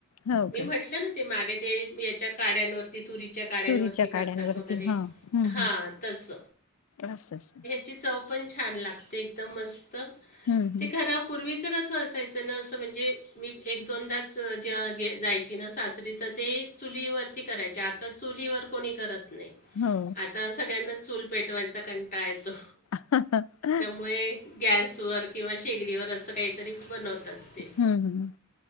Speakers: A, on the left; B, on the left.
A: हो का
B: म्हटलं ना. ते मागे ते याच्या काड्यांवरती. तुरीचा काड्यांवरती
A: तुरीच्या
B: करतात
A: काड्यांवरती
B: वगैरे
A: हा हम्म हम्म
B: हा तस
A: असं असं
B: ची चव पण छान लागते एकदम मस्त
A: हम्म हम्म
B: ते खरा. पूर्वीचं कसं असायचं ना असं म्हणजे मी एक दोनदाच जे जायची ना सासरी तर ते चुलीवरती करायचे आता चुलीवर. कोणी करत नाही.
A: हो.
B: आता सगळ्यांनाच चूल पेटवायचा कंटाळा येतो.
A: <unintelligible>
B: मुळे गॅसवर किंवा शेगडीवर असं काहीतरी बनवतात ते.
A: हम्म